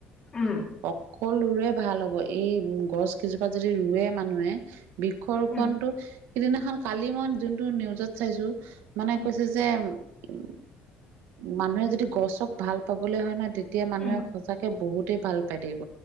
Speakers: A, on the left (about 15°); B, on the right (about 80°).
A: উম।
B: সকলোৰে ভাল হব। এই গছ কেইজোপা যদি ৰোৱে মানুহে - বৃক্ষ ৰোপনটো,
A: উম
B: সেইদিনাখন কালি মই যোনটো নিউজত চাইছোঁ -
A: উম
B: কৈছে যে উ মানুহে যদি গছক ভাল পাবলে হয় নহয় তে তিয়া মানুহে
A: উম
B: সঁচাকে বহুতেই ভাল পাই থাকিব।